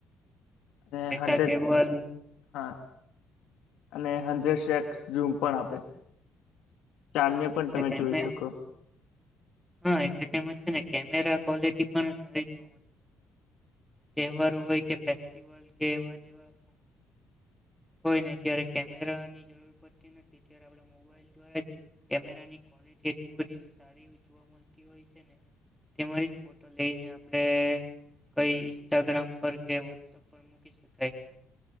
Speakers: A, on the left; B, in the centre.
A: અને
B: ડેટા
A: હંડ્રેડ
B: કેબલ હમ
A: હા અને હડરેડ શેકસ ઝુમ પણ આપે ચાદ ને પણ
B: એટલે
A: તમે
B: કેમે
A: જોઈ શકો
B: હા એટલે તેમાં છે, ને કેમેરા ક્વોલિટી પણ સારી જો તહેવારો હોય કે ફેસ્ટિવલ કે એવા જેવા હોય ને ત્યારે કેમેરાની જરૂર પડતી નથી તયારે આપડ મોબાઈલ દ્વારા કેમેરાની ક્વોલિટી એટલી બધી સારી જોવા મળતી હોય છે, ને તેમાંથી ફોટો લઈને આપડે કઈ ઇન્સ્ટાગ્રામ પર કે વોટ્સઅપ પણ મૂકી શકાય